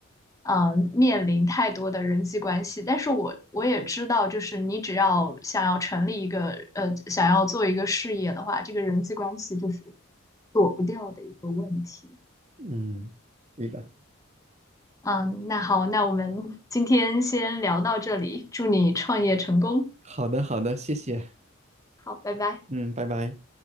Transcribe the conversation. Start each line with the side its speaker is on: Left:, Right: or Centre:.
Left: 嗯，面临太多的人际关系，但是我我也知道，就是你只要想要成立一个呃，想要做一个事业的话，这个人际关系就是躲不掉的一个问题。
Right: 嗯，对的。
Left: 嗯，那好，那我们今天先聊到这里，祝你创业成功。
Right: 好的好的，谢谢，
Left: 好，拜拜。
Right: 嗯，拜拜。